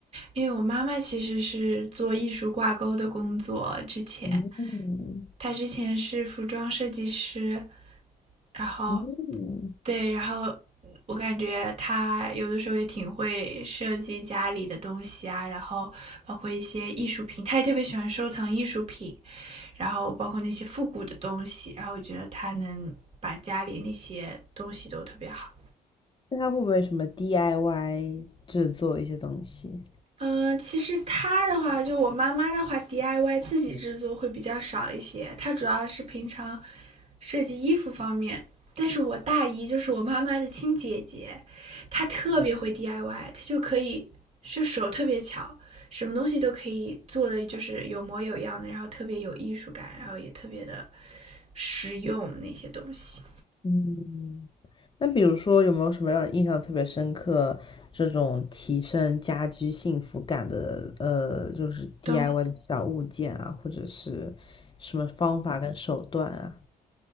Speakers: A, on the right (about 45°); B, on the left (about 30°).
A: 因为我妈妈其实是做艺术挂钩的工作，之前，
B: 嗯
A: 她之前是服装设计师，然后，
B: 嗯。
A: 对，然后我感觉她有的时候也挺会设计家里的东西啊，然后包括一些艺术品，她也特别喜欢收藏艺术品，然后包括那些复古的东西，然后我觉得她能把家里那些东西都特别好。
B: 那他会不会什么 DIY 制作一些东西？
A: 嗯，其实她的话，就我妈妈的话，DIY 自己制作会比较少一些。她主要是平常设计衣服方面，但是我大姨就是我妈妈的亲姐姐，她特别会 DIY，她就可以就手特别巧，什么东西都可以做的就是有模有样的，然后特别有艺术感，然后也特别的实用那些东西
B: 嗯，那比如说有没有什么让你印象特别深刻这种提升家居幸福感的呃，就是 DIY
A: 东西。
B: 的小物件啊，或者是什么方法跟手段啊？